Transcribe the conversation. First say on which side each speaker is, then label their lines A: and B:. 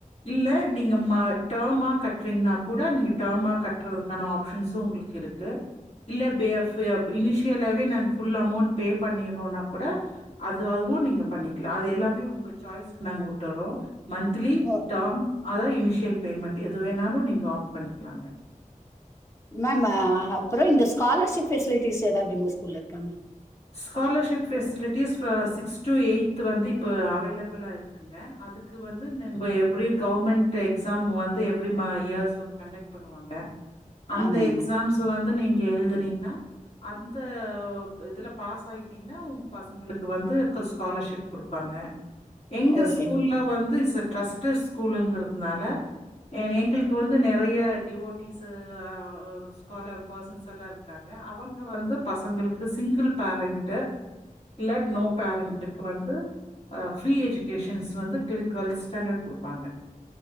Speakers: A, on the left; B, on the left.
A: இல்ல நீங்கமா டேமா கட்றீங்னாக் கூட நீங்க டேமா கட்றதுக்கான ஆப்ஷன்ஸு உங்ளுக் கிருக்கு இல்ல பேப் ஏப் இனிஷியலாவே நாங்க ஃபுல் அமௌண்ட் பே பண்ணிர்றோனாக் கூட அது அதுவு நீங்க பண்ணிக்கல அது எல்லாமே உங்க சாய்ஸ்க்கு நாங்க உட்டுறோ மந்த்லி
B: ஓ
A: டாம் அதா இனிஷியல் பேமெண்ட் எது வேணாலும் நீங்கள் ஆப் பண்ணிக்கலாங்க
B: மேம் அ அப்புறோ இந்த ஸ்காலர்ஷிப் ஃபெசிலிட்டிஸ் ஏதாவது உங்க ஸ்கூல இருக்கா ma'am
A: scholarship facilities six to eight வந்து இப்போ அவைலபிளாக இருக்குங்க அது க்கு வந்து நம்ப எப்டி கவர்மெண்ட் இந்த எக்ஸாம் வந்து எவரி மா இயர்ஸ் வந்து கண்டக்ட் பண்ணுவாங்க அந்த
B: ஆமாங்க
A: எக்ஸாம்ஸ் இப்ப வந்து நீங்க எழுதுனீங்கன்னா அத்த ஒப் இதுல பாஸ் ஆயட் டிங்கன்னா உங்க பசங்களுக்கு வந்து குஸ் ஸ்காலர்ஷிப் குடுப்பாங்க எங்க
B: ஓகேங்க
A: ஸ்கூல்ல வந்து இசட் டிரஸ்டட் ஸ்கூலங்கிறதுனால என எங்களுக்கு வந்து நிறைய டிவோட்டிஸ் அ ஆ ஸ்காலர் பர்சன்ஸ் எல்லா இருக்காங்க அவங்க வந்து பசங்களுக்கு சிங்கிள் பேரண்ட்டு இல்ல நோ பேரண்ட்டுக்கு வந்து ஆ ஃப்ரீ எஜுகேஷன்ஸ் வந்து டில் டெவல்த் ஸ்டாண்டர்ட் குடுப்பாங்க